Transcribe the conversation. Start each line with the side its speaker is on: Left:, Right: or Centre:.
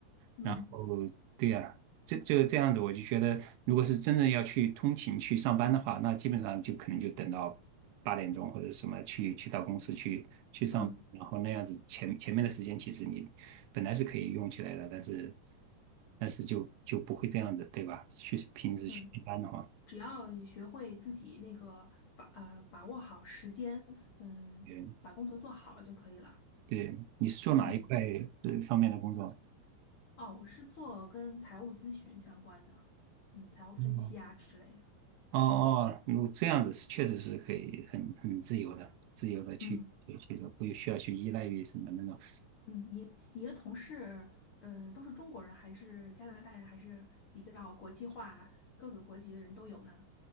Left: 嗯
Right: 然后对呀、这这这样子，我就觉得，如果是真的要去通勤去上班的话，那基本上就可能就等到八点钟或者什么去去到公司去去上班，
Left: 嗯
Right: 然后那样子前前面的时间其实你本来是可以用起来的，但是但是就就不会这样子，对吧？去平时去上班的话，
Left: 嗯，只要你学会自己那个把呃把握好时间，嗯，
Right: 嗯，
Left: 把工作做好了就可以了。
Right: 对，你是做哪一块呃方面的工作？
Left: 嗯，哦，我是做跟财务咨询相关的，嗯，财务分析啊之类的。
Right: 哦哦哦，如果这样子是确实是可以很很自由的，自由的去去去做，
Left: 嗯
Right: 不需要去依赖于什么那种
Left: 嗯，你你的同事，呃，都是中国人还是加拿大人，还是比较国际化，各个国籍的人都有呢？